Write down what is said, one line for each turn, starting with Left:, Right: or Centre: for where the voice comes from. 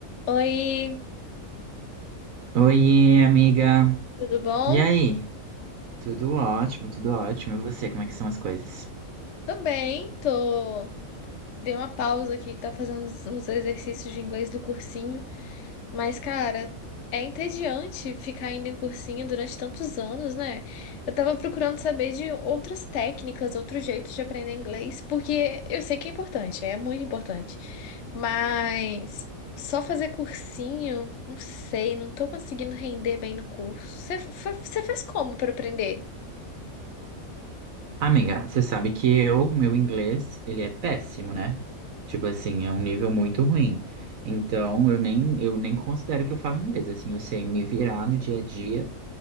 Left: Oi,
Right: Oiê, amiga.
Left: tudo bom?
Right: E aí? Tudo ótimo, tudo ótimo. E você, como é que são as coisas?
Left: Tô bem, tô. Dei uma pausa aqui que tá fazendo uns uns exercícios de inglês do cursinho, mas, cara, é entediante ficar indo em cursinho durante tantos anos, né? Eu tava procurando saber de outras técnicas, outros jeitos de aprender inglês, porque eu sei que é importante, é muito importante, mas só fazer cursinho, não sei, não tô conseguindo render bem no curso. Você fa- você faz como pra aprender?
Right: Amiga, você sabe que eu, meu inglês, ele é péssimo, né? Tipo assim, é um nível muito ruim. Então, eu nem, eu nem considero que eu falo inglês. Assim, eu sei me virar no dia a dia,